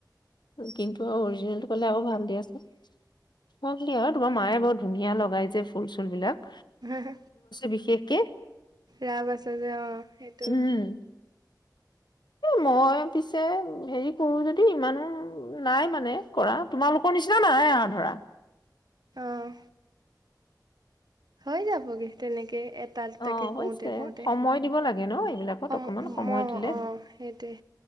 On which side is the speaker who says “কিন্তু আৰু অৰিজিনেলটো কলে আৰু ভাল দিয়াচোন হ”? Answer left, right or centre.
Left